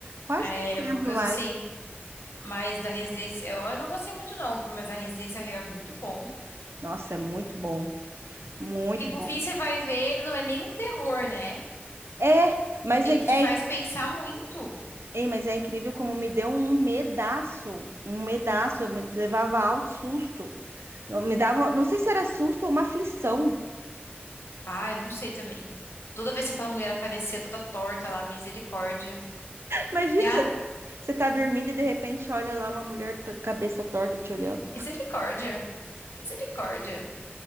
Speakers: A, on the right; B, on the left.
A: Quase
B: É
A: que eu não
B: é uma
A: lembro
B: coisa
A: mais.
B: assim. Mas da Residência, eu eu não gostei muito, não, viu? mas a Residência Hill é muito bom.
A: Nossa, é muito bom, muito
B: Que por
A: bom.
B: fim você vai ver, ele não é nem um terror, né?
A: É, mas
B: Ele
A: é,
B: te
A: é,
B: faz pensar muito.
A: é, mas é incrível como me deu um medaço, um medaço, eu me levava alto susto. Eu Me dava, não sei se era susto ou uma aflição.
B: Ah, eu não sei também. Toda vez que aquela mulher aparecia toda torta lá, misericórdia.
A: Imagina,
B: E a
A: você, você tá dormindo e de repente olha lá uma mulher t- cabeça torta te olhando.
B: Misericórdia. Misericórdia.